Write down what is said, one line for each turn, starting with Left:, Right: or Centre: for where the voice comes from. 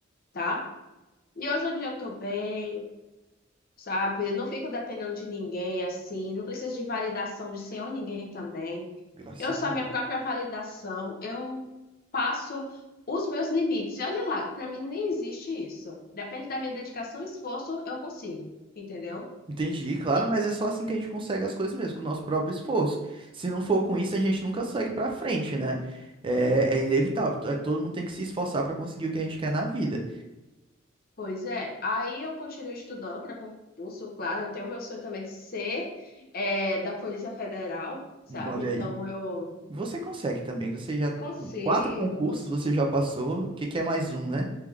Left: tá? E hoje em dia eu tô bem. sabe? Eu Não fico dependendo de ninguém assim, não preciso de validação de senhor ninguém também.
Right: Graças
Left: Eu sou
Right: a
Left: a
Right: Deus.
Left: minha própria validação, eu passo os meus limites. E olha lá, que para mim nem existe isso. Depende da minha dedicação e esforço, eu consigo, entendeu?
Right: Entendi, claro,
Left: E,
Right: mas é só assim que a gente consegue as coisas mesmo, com o nosso próprio esforço. Se não for com isso, a gente nunca segue pra frente, né? É, é inevitável. to- Todo mundo tem que se esforçar pra conseguir o que a gente quer na vida.
Left: pois é, aí eu continuo estudando para concurso, claro, eu tenho meu sonho também de ser é, da Polícia Federal, sabe?
Right: Hum, Olha
Left: Então
Right: aí.
Left: eu
Right: Você consegue também. Você já.
Left: consigo,
Right: Quatro concursos
Left: consigo.
Right: você já passou. O que que é mais um, né?